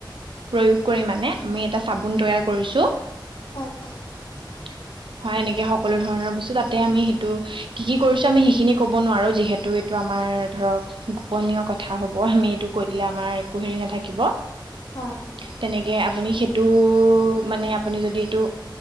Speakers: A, on the right; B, on the left.
A: প্ৰয়োগ কৰি মানে আমি এটা চাবোন তৈয়াৰ কৰিছো।
B: হয় হয়
A: <inaudible> হয় এনেকে সকলো ধৰণৰ বস্তু তাতে আমি সেইটো কি কি কৰিছো আমি সেইখিনি ক'ব নোৱাৰো যিহেতু এইটো আমাৰ, - ধৰক গোপনীয় কথা হব আমি এইটো কৈ দিলে আমাৰ একো হেৰি নাথাকিব।
B: হয় হয়
A: তেনেকে আপুনি। তটো মানে আপুনি যদি এইটো